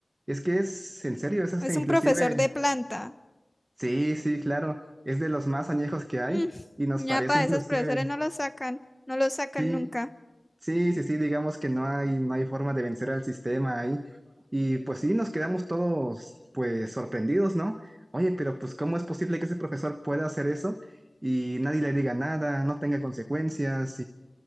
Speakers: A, on the right (about 45°); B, in the centre.
A: Es que es, en serio, es hasta
B: Es
A: inclusive,
B: un profesor de planta.
A: sí, sí, claro, es de los más añejos que hay
B: Mm,
A: y nos parece
B: Ya para
A: inclusive,
B: esos profesores no lo sacan. No lo sacan
A: sí,
B: nunca.
A: sí, sí, sí, digamos que no hay, no hay forma de vencer al sistema ahí. Y pues sí, nos quedamos todos, pues, sorprendidos, ¿no? Oye, pero pues, ¿cómo es posible que ese profesor pueda hacer eso? y nadie le diga nada, no tenga consecuencias